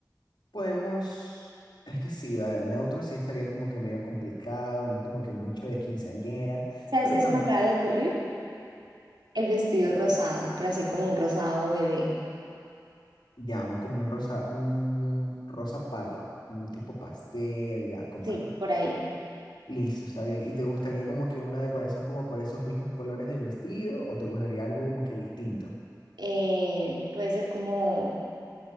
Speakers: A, on the left; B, on the right.
A: Podemos, es que sí, a ver, neutro sí estaría como que medio complicado, no es como que mucho de quinceañera,
B: ¿Sabes
A: pero
B: qué
A: también,
B: se me acaba de ocurrir? El vestido rosado, pero así como un rosado bebé.
A: ya, un, como un rosa, un rosa palo, un tipo pastel, ya, comprendo.
B: Sí, por ahí.
A: Listo, está bien. ¿Y te gustaría como que una decoración como por esos mismos colores del vestido o te gustaría algo como que distinto?
B: Eh, puede ser como